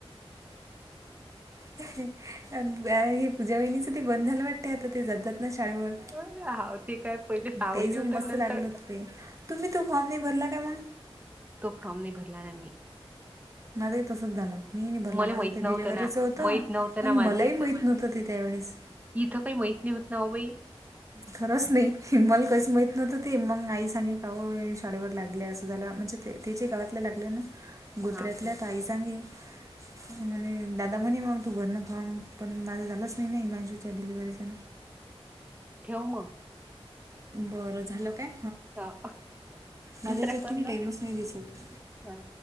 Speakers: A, on the right (about 30°); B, on the right (about 15°).
A: हे पूजा वहिणीच ते बंद झालं वाटतंय आता ते जातात ना शाळेवर
B: हाव ते काय पहिले सहा
A: ते
B: महिने
A: ज
B: होत
A: मस्त
B: नंतर
A: लागलं ते तुम्ही तो फॉर्म नाही भरला काय मग
B: तो फॉर्म नाही भरला ना मी
A: माझही तसच झालं मी नाही भरला
B: मला
A: माझं
B: माहित
A: ते
B: नव्हतं
A: डिलेव्हरीच
B: ना
A: होतं
B: माहित नव्हतं
A: पण
B: ना माझं
A: मलाही
B: इथं
A: माहीत नव्हतं ते त्यावेळेस
B: इथं काही माहीत नाही होत ना बाई.
A: खरंच नाही मला काहीच माहीत नव्हतं ते मग आई सांगे का शाळेवर लागले असं. बरं झालं, म्हणजे ते त्या गावात लागलं गुजरातल्या
B: हा काय
A: ताई सांगे आणि दादा म्हणे मग तू भर ना फॉर्म पण माझं झालंच नाही ना हीमाणशूच्या डिलिव्हरीचा
B: ठेव मग.
A: बर, झालं काय?
B: हा
A: माझ्या
B: दुसऱ्या
A: ह्याच्यात
B: कॉल
A: की नाही
B: ला
A: टाईमच नाही दिसत